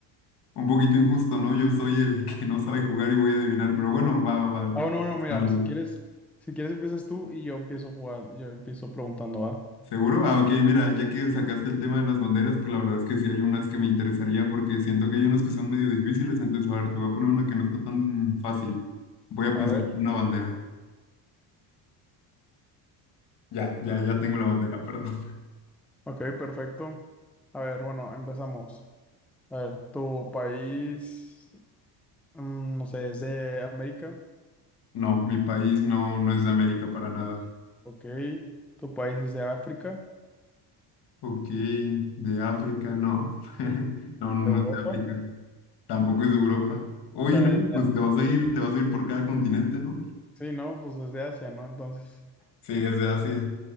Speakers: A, on the left; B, in the centre.
A: Un poquito injusto, ¿no? Yo soy el que no sabe jugar y voy a adivinar, pero bueno, va, va, va.
B: ah, bueno, no, mira,
A: Darle.
B: si quieres, si quieres empiezas tú y yo empiezo jugando, yo empiezo preguntando, ¿va?
A: ¿Seguro? Ah, ok, mira, ya que sacaste el tema de las banderas, pues la verdad es que sí hay unas que me interesaría porque siento que hay unas que son medio difíciles, entonces a ver, te voy a poner una que no está tan fácil. Voy a
B: A
A: pensar
B: ver,
A: en una bandera. Ya, ya, ya tengo la bandera, perdón. <laughs>
B: ok, perfecto. A ver, bueno, empezamos. A ver, tu país, mm, no sé, es de América,
A: No, mi país no, no es de América para nada.
B: ok, tu país es de África.
A: Ok, de África, no. <laughs> No, no
B: ¿De
A: no
B: Europa?
A: es de África. Tampoco es de Europa. uy
B: O sea,
A: ¿no?
B: desde-
A: Pues te vas a ir, te vas a ir por cada continente, ¿no?
B: sí, ¿no? Pues desde Asia, ¿no? Entonces,
A: Sí, es de Asia.